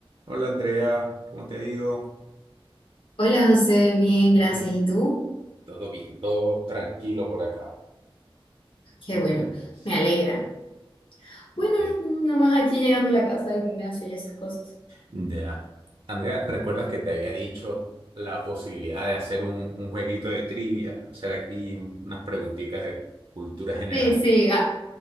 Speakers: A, on the right (about 60°); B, on the left (about 65°).
A: Hola Andrea, ¿cómo te ha ido?
B: Hola José, bien,
A: Ujú.
B: gracias. ¿Y tú?
A: Todo bien, todo tranquilo por acá.
B: Qué
A: ¿Qué
B: bueno,
A: cuentas?
B: me alegra. Bueno,
A: Bien.
B: nomás aquí llegando a la casa del gimnasio y esas cosas.
A: Ya. Andrea, ¿recuerdas que te había dicho la posibilidad de hacer un, un jueguito de trivia? Hacer aquí un- unas preguntitas de cultura general.
B: Sí, sí, a-